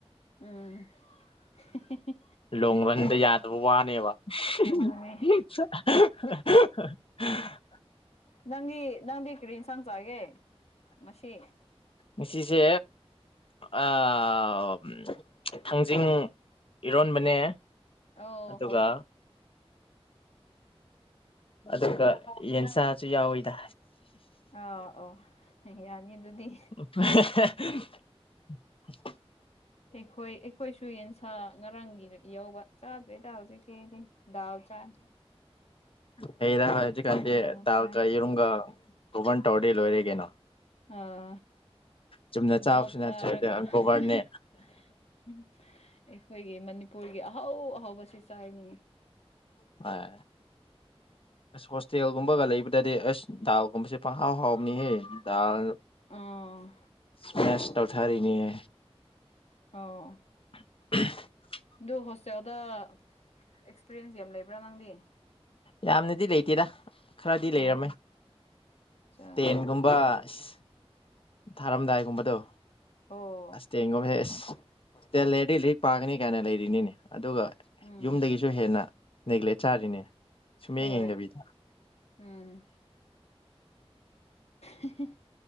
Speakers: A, on the left; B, on the left.
A: ꯎꯝ ꯍꯦꯍꯦꯍꯦ
B: ꯂꯣꯡꯕꯟꯗ ꯌꯥꯗꯕ ꯋꯥꯅꯦꯕ <unintelligible>
A: ꯑꯗꯨꯅꯦ ꯅꯪꯗꯤ ꯅꯪꯗꯤ ꯀꯔꯤ ꯢꯟꯁꯥꯡ ꯆꯥꯒꯦ ꯉꯁꯤ
B: ꯉꯁꯤꯁꯦ ꯑꯥ ꯊꯥꯡꯖꯤꯡ ꯏꯔꯣꯟꯕꯅꯦ
A: ꯑꯣ
B: ꯑꯗꯨꯒ
A: ꯍꯥꯎꯒꯅꯤ
B: ꯑꯗꯨꯒ ꯌꯦꯟꯁꯥꯁꯨ ꯌꯥꯎꯋꯤꯗ
A: ꯑꯥ ꯑꯥ ꯌꯥꯅꯤ ꯑꯗꯨꯗꯤ
B: <unintelligible> <inaudible>
A: ꯑꯩꯈꯣꯏ ꯑꯩꯈꯣꯏꯁꯨ ꯌꯦꯟꯁꯥ ꯉꯔꯥꯡꯒꯤ ꯌꯥꯎꯕ ꯆꯥꯗ꯭ꯔꯤꯗ ꯍꯧꯖꯤꯛꯇꯤ ꯑꯩꯗꯤ ꯗꯥꯜ ꯆꯥꯢ
B: ꯀꯩꯔ ꯍꯧꯖꯤꯛ ꯀꯥꯟꯗꯤ
A: ꯗꯥꯜ
B: ꯗꯥꯜꯒ
A: ꯆꯥꯏ
B: ꯌꯦꯔꯨꯝꯒ <unintelligible> ꯇꯧꯔꯗꯤ ꯂꯣꯏꯔꯦ ꯀꯩꯅꯣ
A: ꯑꯥ
B: ꯆꯨꯝꯅ ꯆꯥꯕꯁꯨ
A: ꯗꯥꯜ ꯆꯥꯔꯒ
B: ꯅꯠꯇ꯭ꯔꯦ
A: ꯍꯥ
B: ꯒꯣꯕꯔꯅꯦ
A: ꯍꯥ ꯎꯝ ꯑꯦꯛ ꯑꯩꯈꯣꯏꯒꯤ ꯃꯅꯤꯄꯨꯔꯒꯤ ꯑꯍꯧ ꯑꯍꯧꯕꯁꯤ ꯆꯥꯏꯅꯦ
B: ꯍꯣꯢ ꯑꯁ ꯍꯣꯁꯇꯦꯜꯒꯨꯝꯕꯒ ꯂꯩꯕꯗꯗꯤ ꯑꯁ ꯗꯥꯜꯒꯨꯝꯕꯁꯦ ꯄꯪꯍꯥꯎ ꯍꯥꯎꯕꯅꯤꯍꯦ ꯗꯥꯜ
A: ꯑꯣ
B: ꯁꯃꯦꯁ ꯊꯧꯊꯔꯤꯅꯤꯌꯦ
A: ꯑꯣ
B: <unintelligible>
A: ꯗꯨ ꯍꯣꯁꯇꯦꯜꯗ ꯑꯦꯛꯁꯄꯤꯔꯤꯌꯦꯟꯁ ꯌꯥꯝ ꯂꯩꯕ꯭ꯔꯥ ꯅꯪꯗꯤ
B: ꯌꯥꯝꯅꯗꯤ ꯂꯩꯇꯦꯗ ꯈꯔꯗꯤ
A: ꯑꯣ
B: ꯂꯩꯔꯝꯃꯦ
A: ꯆꯥ
B: ꯇꯦꯟꯒꯨꯝꯕ ꯢꯁ ꯊꯥꯔꯝꯗꯥꯏꯒꯨꯝꯕꯗꯨ
A: ꯑꯣ
B: ꯇꯦꯟꯒꯨꯝꯕ ꯑꯦꯁ ꯇꯦꯟ ꯂꯩꯔꯗꯤ ꯂꯥꯢꯔꯤꯛ ꯄꯥꯒꯅꯤ ꯀꯥꯏꯅ ꯂꯩꯔꯤꯅꯤꯅꯦ ꯑꯗꯨꯒ
A: ꯎꯝ
B: ꯌꯨꯝꯗꯒꯤꯁꯨ ꯍꯦꯟꯅ ꯅꯦꯒ꯭ꯂꯦꯛ ꯆꯥꯔꯤꯅꯦ ꯁꯨꯡꯌꯦꯡ
A: ꯍꯣꯏ
B: ꯌꯦꯡꯗꯕꯤꯗ
A: ꯎꯝ ꯍꯦ ꯍꯦ